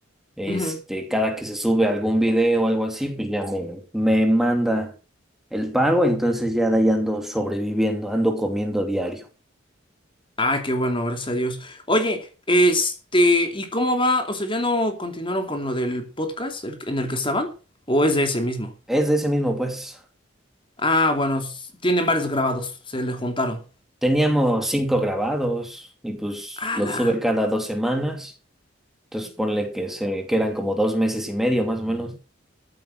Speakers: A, in the centre; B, on the left.
A: Este,
B: Ujú.
A: cada que se sube algún video o algo así, pues ya me, me manda el pago, entonces ya de ahí ando sobreviviendo, ando comiendo diario.
B: Ah, qué bueno, gracias a Dios. Oye, este, ¿y cómo va? O sea, ¿ya no continuaron con lo del podcast el- en el que estaban? ¿O es de ese mismo?
A: Es de ese mismo, pues.
B: Ah, bueno, s- tienen varios grabados, se le juntaron.
A: Teníamos cinco grabados y pues
B: ¡Hala!
A: los sube cada dos semanas. Entonces ponle que se, que eran como dos meses y medio más o menos.